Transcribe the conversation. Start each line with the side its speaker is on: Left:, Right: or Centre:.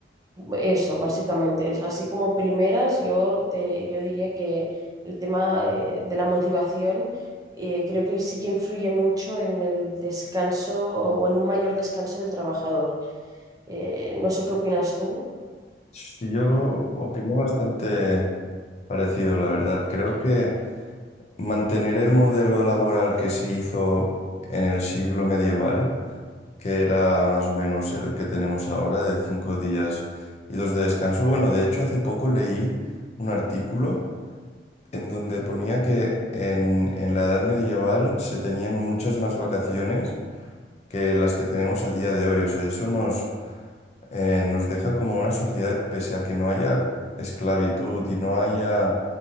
Right: eso, básicamente. Es Así como primeras, yo, te, yo diría que el tema eh, de la motivación eh, creo que sí que influye mucho en el descanso o en un mayor descanso del trabajador. Eh, no sé qué opinas tú.
Left: Sí, yo opino bastante parecido, la verdad. Creo que mantener el modelo laboral que se hizo en el siglo medieval, que era más o menos el que tenemos ahora, de cinco días y dos de descanso. Bueno, de hecho, hace poco leí un artículo en donde ponía que en, en la edad medieval se tenían muchas más vacaciones que las que tenemos a día de hoy. O sea, eso nos eh, nos deja como una sociedad, pese a que no haya esclavitud y no haya